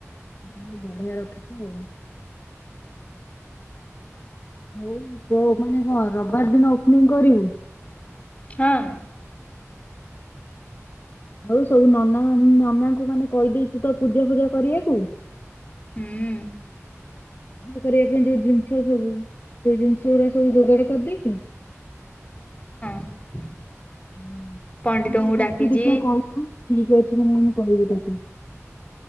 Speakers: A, on the left (about 45°); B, on the left (about 25°).
A: ତାହେଲେ ବଢିଆ ରଖିଛୁ ଆଉ। ହଉ ତୋ ମାନେ କଣ ରବିବାର ଦିନ ଓପନିଂ କରିବୁ।
B: ହଁ। <inaudible>
A: ଆଉ ସବୁ ନନା ମାନେ ନନାଙ୍କୁ ମାନେ କହିଦେଇଛିୁ ତ ପୂଜା ଫୂଜା କରିବାକୁ।
B: ହୁଁ।
A: କରିବା ପାଇଁ ଯୋଉ ଜିନିଷ ସବୁ ସେଇ ଜିନିଷ ଗୁଡା ସବୁ ଯୋଗାଡ କରିଦେଇକି
B: <inaudible>
A: ହୁଁ
B: ପଣ୍ଡିତଙ୍କୁ
A: ହଁ କଣ କରୁଛୁ
B: ଡାକିଛି
A: ଦେଖିବା କହିବୁ? ଠିକ ଅଛି ନା ନାଇଁ ମୁଁ କହିବି ତତେ।